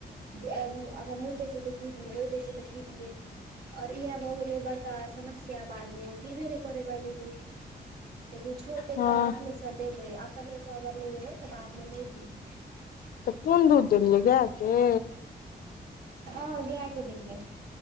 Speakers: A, on the right; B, on the left.
A: जे एगु एखन होइते छै तऽ की दिय होइते छै तऽ की दियै। और इएहे भऽ गेलै बड़का समस्या बाद मे पीबे नै करेै बायली दूध। लेकिन छोट अइ
B: हँ
A: तऽ एखने सऽ। तऽ देबै अखने सऽ अगर नै देबै तऽ बाद मे नै पीतै।
B: तऽ कोन दूध देलियै गाय के?
A: हँ गेय के देलियै।